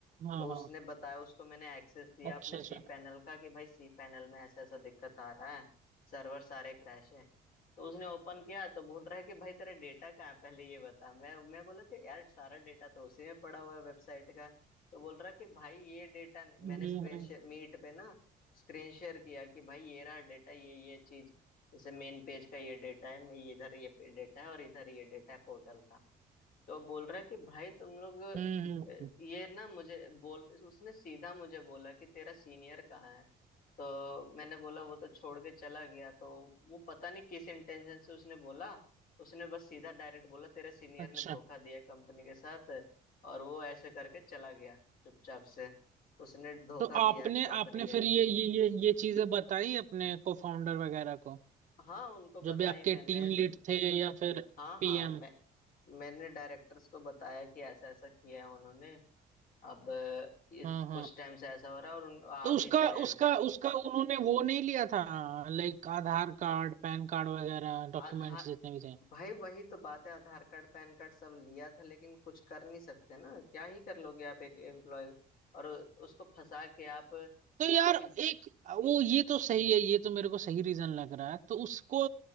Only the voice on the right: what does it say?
हाँ
हाँ
अच्छा
अच्छा
हम्म
हम्म
हम्म हम्म, हम्म।
अच्छा
तो
आपने
आपने
फिर ये ये ये ये चीजें बताई अपने को फाउंडर वगैरह को
जो
भी आपके
टीम
लीड थे या फिर
पीएम
हाँ हाँ
तो
उसका
उसका उसका उन्होंने वो नहीं लिया था like Aadhaar card PAN card वगैरह डॉक्यूमेंट्स
जितने भी थे
तो यार
एक वो ये तो सही है ये तो मेरे को सही रीजन लग रहा है तो उसको